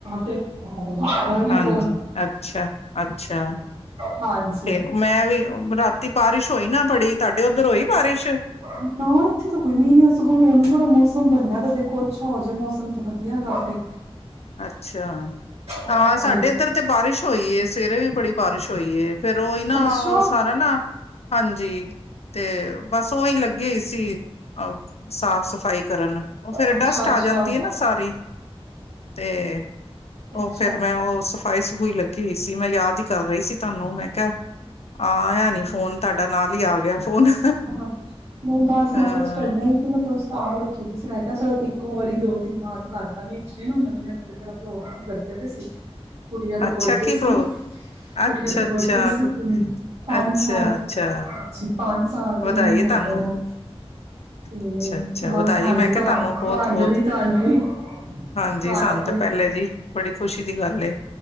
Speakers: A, on the right (about 80°); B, on the left (about 75°).
A: ਦੇ ਪਤਾ ਨੀ
B: ਹਾਂਜੀ।
A: ਕੌਣ
B: ਅੱਛਾ-ਅੱਛਾ
A: ਹਾਂਜੀ
B: ਤੇ ਮੈਂ ਵੀ ਰਾਤੀ ਬਾਰਿਸ਼ ਹੋਈ ਨਾ ਬੜੀ, ਤੁਹਾਡੇ ਓਧਰ ਹੋਈ ਬਾਰਿਸ਼?
A: ਨਾ ਇੱਥੇ ਤਾਂ ਕੋਈ ਮੀਂਹ ਨੀ ਆਇਆ ਸਗੋਂ ਹੁਣ ਥੋੜਾ ਮੌਸਮ ਬਣਿਆ ਦਾ ਦੇਖੋ ਅੱਛਾ ਹੋ ਜੇ ਮੌਸਮ ਤੇ ਵਧੀਆ ਗੱਲ ਏ।
B: ਅੱਛਾ!
A: ਹਾਂਜੀ
B: ਹਾਂ, ਸਾਡੇ ਏਧਰ ਤੇ ਬਾਰਿਸ਼ ਹੋਈ ਏ ਸਵੇਰੇ ਵੀ ਬੜੀ ਬਾਰਿਸ਼ ਹੋਈਏ। ਫੇਰ ਓਹੀ ਨਾ
A: ਅੱਛਾ
B: ਓ ਸਾਰਾ ਨਾ ਹਾਂਜੀ ਤੇ ਬਸ ਓਹੀ ਲੱਗੇ ਏਸੀ। ਅ ਸਾਫ਼-ਸਫ਼ਾਈ ਕਰਨ ਓ ਫੇਰ
A: ਅੱਛਾ
B: ਡਸਟ
A: ਅੱਛਾ
B: ਆ ਜਾਂਦੀ ਐ ਨਾ ਸਾਰੀ ਤੇ
A: ਅੱਛਾ
B: ਓ ਫੇਰ ਮੈਂ ਓ ਸਫਾਈ-ਸਫੁਈ ਲੱਗੀ ਹੋਈ ਸੀ। ਮੈਂ ਯਾਦ ਹੀ ਕਰ ਰਹੀ ਸੀ ਤੁਹਾਨੂੰ, ਮੈਂ ਕਿਹਾ ਆਯਾ ਨੀ ਫੋਨ ਤੁਹਾਡਾ ਨਾਲ ਹੀ ਆ ਗਿਆ। ਫੋਨ
A: ਹ-ਹ, ਨਈ ਬਸ
B: ਹਾਂ
A: ਮੈਂ ਕੁੱਛ ਕਰਨਾ ਹੀ ਮੈਂ ਕੋਛ ਸਤਾਹ ਰੱਖੀ ਦੀ ਸੀ ਮੈਂ ਕਿਹਾ ਚਲੋ ਇੱਕੋ ਵਾਰੀ ਦੋ ਦਿਨ ਬਾਦ ਕਰ ਦਾ ਗੀ। ਸੰਡੇ ਨੂੰ ਅਗਲੇ ਹਫ਼ਤੇ ਥੋੜਾ ਪ੍ਰੋਗਰਾਮ ਕਰਦੇ ਪਏ ਸੀ ਗੁੜੀਆਂ ਦਾ
B: ਅੱਛਾ
A: ਬਡੇ
B: ਕੀ
A: ਸੀ।
B: ਪ੍ਰੋ
A: ਗੁੜੀਆਂ
B: ਅੱਛਾ
A: ਦਾ
B: ਅੱਛਾ
A: ਬਡੇ ਸੀ। ਪੰਜ
B: ਅੱਛਾ
A: ਸਾਲ
B: ਅੱਛਾ
A: ਜੀ ਪੰਜ ਸਾਲ ਦੀ
B: ਵਧਾਈ
A: ਨੇ ਹੋ
B: ਤੁਹਾਨੂੰ
A: ਜਾਣਾ। ਤੇ
B: ਅੱਛਾ ਅੱਛਾ
A: ਬਸ
B: ਵਧਾਈ
A: ਹਾਂਜੀ,
B: ਮੈਂ ਕਿਹਾ
A: ਤੁਹਾਨੂੰ-ਤੁਹਾਨੂੰ
B: ਤੁਹਾਨੂੰ ਬਹੁਤ ਬਹੁਤ
A: ਵੀ-ਤੁਹਾਨੂੰ ਵੀ,
B: ਹਾਂਜੀ
A: ਤੁਹਾਨੂੰ
B: ਸਾਨੂੰ ਤਾਂ
A: ਵੀ।
B: ਪਹਿਲੇ ਜੀ ਬੜੀ ਖੁਸ਼ੀ ਦੀ ਗੱਲ ਏ,